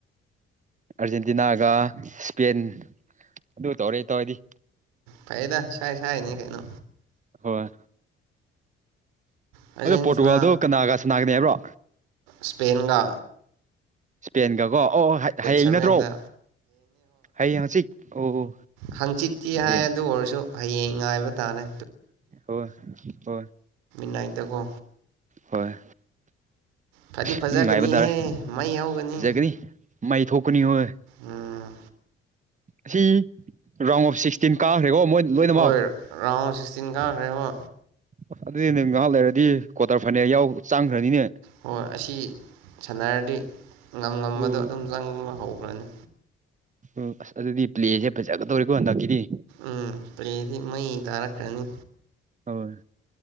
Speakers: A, on the right; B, on the right.
A: ꯑꯥꯔꯖꯦꯟꯇꯤꯅꯥꯒ ꯏꯁꯄꯦꯟ ꯑꯗꯨ ꯇꯧꯔꯦ ꯇꯧꯔꯗꯤ
B: ꯐꯩꯗ ꯁ ꯁꯅꯤ ꯀꯩꯅꯣ
A: ꯍꯣꯏ
B: ꯑꯥꯔꯖꯦꯟꯇꯤꯅꯥ
A: ꯑꯗꯣ ꯄꯣꯔꯇꯨꯒꯥꯜꯗꯣ ꯀꯅꯥꯒ ꯁꯅꯥꯒꯅꯤ ꯍꯥꯏꯕ꯭ꯔꯣ
B: ꯁꯄꯦꯟꯒ
A: ꯏꯁꯄꯦꯟꯒꯀꯣ ꯑꯣ ꯍꯌꯦꯡ
B: ꯁꯚꯦꯟꯗ
A: ꯅꯠꯇ꯭ꯔꯣ ꯍꯌꯦꯡ ꯍꯧꯖꯤꯛ ꯑꯣ ꯑꯣ
B: ꯍꯪꯆꯤꯠꯇꯠꯇꯤ ꯍꯥꯏ
A: ꯑꯦ
B: ꯑꯗꯨ ꯑꯣꯏꯔꯁꯨ ꯍꯌꯦꯡ ꯉꯥꯏꯕ ꯇꯥꯔꯦ
A: ꯍ ꯍꯣꯏ
B: ꯅꯥꯏꯇꯀꯣ
A: ꯍꯣꯏ
B: ꯐꯗꯤ ꯐꯖꯛ
A: ꯑꯗꯨꯝ ꯉꯥꯏꯕ
B: ꯀꯅꯤꯍꯦ
A: ꯇꯥꯔꯦ
B: ꯃꯩ ꯍꯧꯒꯅꯤ
A: ꯐꯖꯒꯅꯤ ꯃꯩ ꯊꯣꯛꯀꯅꯤ ꯑꯣꯏ
B: ꯎꯝ
A: ꯑꯁꯤ ꯔꯣꯡ ꯑꯣꯐ ꯁꯤꯛꯁꯇꯤꯟ ꯀꯥꯈ꯭ꯔꯦꯀꯣ ꯃꯣꯏ ꯂꯣꯏꯅꯃꯛ
B: ꯍꯣꯏ ꯔꯥꯎꯟ ꯁꯤꯁꯇꯤꯟ ꯀꯥꯈꯔꯦꯀꯣ
A: ꯑꯁ ꯑꯗꯨꯗꯤ ꯅꯪ ꯉꯥꯏꯍꯥꯛ ꯂꯩꯔꯗꯤ ꯀ꯭ꯋꯥꯇꯔ ꯐꯥꯏꯅꯦꯜ ꯌꯥꯎ ꯆꯥꯡꯈ꯭ꯔꯅꯤꯅꯦ
B: ꯍꯣꯏ ꯑꯁꯤ ꯁꯥꯟꯅꯔꯗꯤ ꯉꯝ ꯉꯝꯕꯗꯣ
A: ꯑꯣ
B: ꯑꯗꯨꯝ ꯆꯪꯕ ꯍꯧꯒꯔ꯭ꯅꯤ
A: ꯑꯣ ꯑꯁ ꯑꯗꯨꯗꯤ ꯄ꯭ꯂꯦꯁꯦ ꯐꯖꯒꯗꯧꯔꯤꯦꯀꯣ ꯍꯟꯗꯛꯀꯤꯗꯤ
B: ꯎꯝ ꯄ꯭ꯂꯦꯗꯤ ꯃꯩ ꯇꯥꯔꯛꯈ꯭ꯔꯅꯤ
A: ꯍꯣꯏ